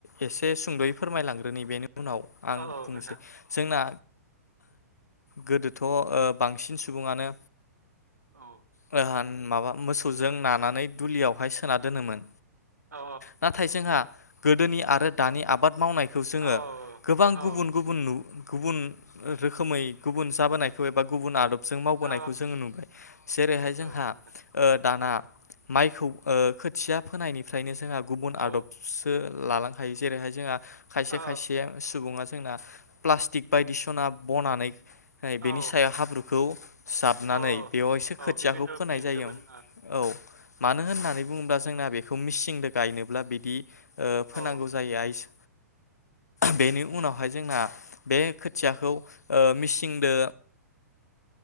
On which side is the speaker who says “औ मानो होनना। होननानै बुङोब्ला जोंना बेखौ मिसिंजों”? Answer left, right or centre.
Left